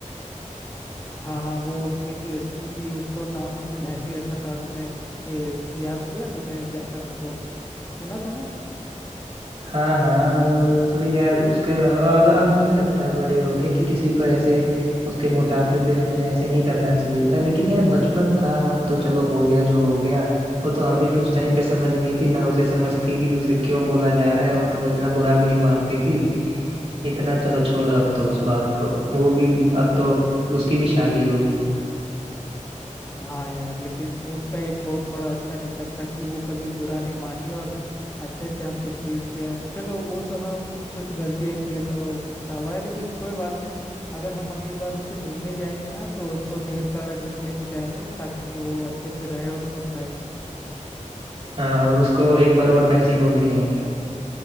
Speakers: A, on the left; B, on the right.
A: हाँ हाँ वो एक लड़की थी उसको नाम हमने भैंसी रखा था तुमने ये याद किया तुमने ज्यादा मतलब सुना था ना
B: हाँ हाँ वो थोड़ी यार उसके अब अब हमें लगता है बड़े होके कि किसी को ऐसे उसके मोटापे पे हमें ऐसे नहीं करना चाहिए था लेकिन यार बचपन था अब तो चलो हो गया जो हो गया वो तो हमें भी उस टाइम पे समझ नहीं थी ना उसे समझ थी कि उसे क्यों बोला जा रहा है वो तो वो इतना बुरा भी नहीं मानती थी इतना चलो छोड़ो अब तो उस बात को वो भी अब तो अब उसकी भी शादी हो गई है
A: हाँ यार लेकिन उसका एक बहुत बड़ा अच्छा नेचर था कि वो कभी बुरा नहीं मानी और अच्छे से हमको ट्रीट किया चलो वो तो हम कुछ गलतियां किए तो पछतावा है लेकिन कोई बात नहीं अगर हम अगली बार उससे मिलने जाएंगे ना तो उसको ढेर सारा गिफ्ट लेके जाएंगे ताकि वो अच्छे से रहे और खुश रहे
B: हाँ और उसको एक बार और भैंसी बोल के आएंगे